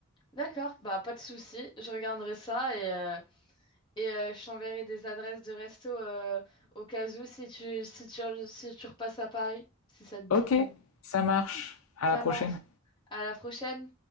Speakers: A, on the left; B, on the left.
A: D'accord, bah pas de souci, je regarderai ça et euh, Et euh, je t'enverrai des adresses de resto euh, au cas où si tu, si tu, si tu repasses à Paris, si ça te dit.
B: Ok, ça marche, à
A: Ça
B: la prochaine.
A: marche. À la prochaine!